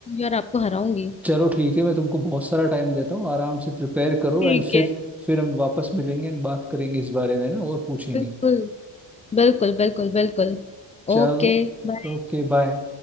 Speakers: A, on the left; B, in the centre.
A: और आपको हराऊंगी
B: चलो ठीक है मैं तुमको बहुत सारा टाइम देता हूँ आराम से प्रिपेयर करो
A: ठीक
B: एंड फिर
A: है
B: फिर हम वापस मिलेंगे एंड बात करेंगे इस बारे में ना और पूछेंगे
A: बिल्कुल बिल्कुल बिल्कुल बिल्कुल
B: चलो
A: Okay bye.
B: ओके बाय